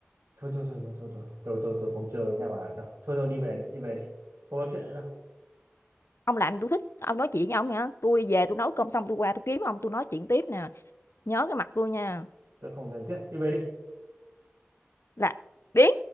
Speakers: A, on the right (about 70°); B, on the left (about 70°).
A: Thôi thôi thôi thôi thôi thôi tôi tôi tôi không chơi với nhà bà đâu. Thôi thôi đi về đi đi về đi. Không nói chuyện nữa đâu.
B: "Ông làm tôi thích, ông nói chuyện với ông nha, tôi đi về tôi nấu cơm xong tôi qua tôi kiếm ông tôi nói chuyện tiếp nè, nhớ cái mặt tôi nha."
A: Tôi không cần thiết. Đi về đi.
B: Là biến